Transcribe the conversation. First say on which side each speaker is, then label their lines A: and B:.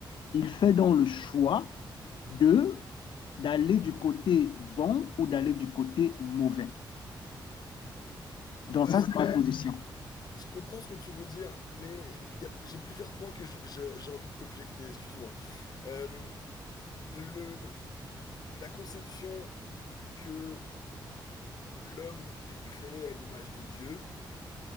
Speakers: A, on the left (about 75°); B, on the left (about 50°).
A: il fait donc le choix de d'aller du côté bon ou d'aller du côté mauvais. Donc
B: Ouais,
A: ça, c'est ma position.
B: Je comprends ce que tu veux dire, mais il y a- j'ai plusieurs points que je- je- j'ai envie de t'objecter, excuse-moi. Euh, le, la conception que l'homme est créé à l'image de Dieu,